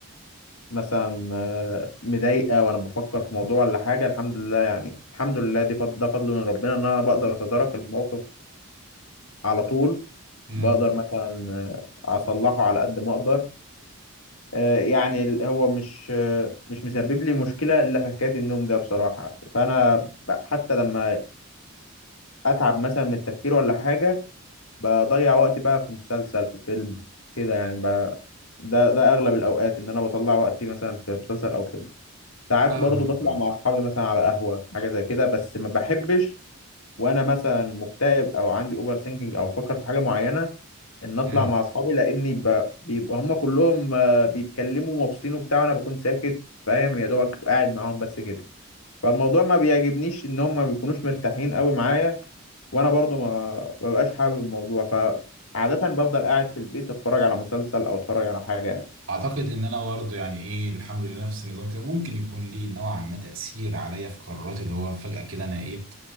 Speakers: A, on the left; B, on the right.
A: مثلا آه، مضايقة وأنا بفكر في موضوع ولا حاجة الحمد لله يعني الحمد لله دي فضل ده فضل من ربنا إن أنا بقدر أتدارك الموقف على طول
B: امم
A: بقدر مثلا آه، أصلحه على قد ما أقدر آه، يعني ال- هو مش آه، مش مسبب لي مشكلة إلا في حكاية النوم ده بصراحة فأنا ب- حتى لما أتعب مثلا من التفكير ولا حاجة بضيع وقتي بقى في مسلسل في فيلم كده يعني ب... ده ده أغلب الأوقات إن أنا بطلع وقتي مثلا في مسلسل أو فيلم ساعات
B: فاهمك
A: برضو بطلع
B: اه
A: مع أصحابي مثلا على قهوة حاجة زي كده بس ما بحبش وأنا مثلا مكتئب أو عندي أوفر ثينكينج أو بفكر في حاجة معينة ان اطلع
B: امم
A: مع اصحابي لاني ب... بيبقوا هم كلهم آه، بيتكلموا مبسوطين وبتاع وانا بكون ساكت فاهم يا دوبك قاعد معاهم بس كده فالموضوع ما بيعجبنيش ان هم ما بيكونوش مرتاحين قوي معايا وانا برضو ما ما ببقاش حابب الموضوع فعادة بفضل قاعد في البيت اتفرج على مسلسل او اتفرج على حاجة يعني
B: اعتقد ان انا برضه يعني ايه الحمد لله نفس النظام كده ممكن يكون ليه نوعا ما تاثير عليا في قراراتي اللي هو فجاه كده انا ايه